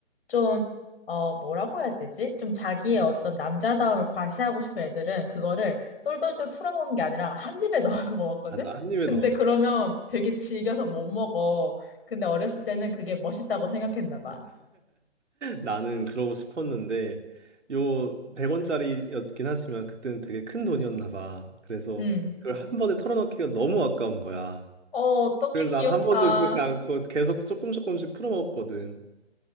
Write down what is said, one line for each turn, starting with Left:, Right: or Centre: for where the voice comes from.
Left: 좀, 어, 뭐라고 해야 되지? 좀 자기의 어떤 남자다움을 과시하고 싶은 애들은 그거를 똘똘똘 풀어먹는 게 아니라 한 입에 <laughs> 넣어서 먹었거든?
Right: 아, 아님에도.
Left: 근데 그러면 되게 질겨서 못 먹어. 근데 어렸을 때는 그게 멋있다고 생각했나 봐.
Right: 나는 그러고 싶었는데 요 100원짜리였긴 하지만 그때는 되게 큰 돈이었나 봐. 그래서
Left: 음.
Right: 그걸 한 번에 털어넣기가 너무 아까운 거야.
Left: 어, 어떻게
Right: 그래서
Left: 귀엽다.
Right: 난 한 번도 그렇지 않고 계속 조금 조금씩 풀어먹었거든.